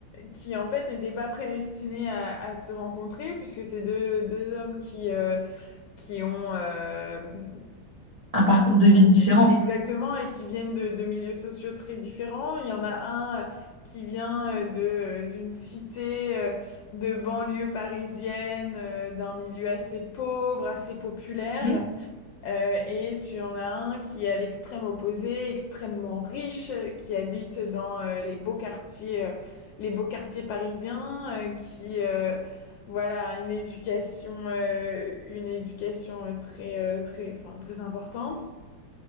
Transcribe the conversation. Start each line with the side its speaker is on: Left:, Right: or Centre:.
Left: qui, en fait n'étaient pas prédestinés à, à se rencontrer puisque c'est deux, deux hommes qui, euh, qui ont euh,
Right: un parcours de vie différent.
Left: Exactement, et qui viennent de, de milieux sociaux très différents. Il y en a un euh, qui vient euh, de, euh, d'une cité euh, de banlieue parisienne, euh, d'un milieu assez pauvre, assez populaire.
Right: Mmh,
Left: Euh, et tu en as un qui est à l'extrême opposé, extrêmement riche, euh, qui habite dans euh, les beaux quartiers, euh, les beaux quartiers parisiens, euh, qui euh, voilà a une éducation, euh, une éducation euh, très, euh, très, enfin très importante.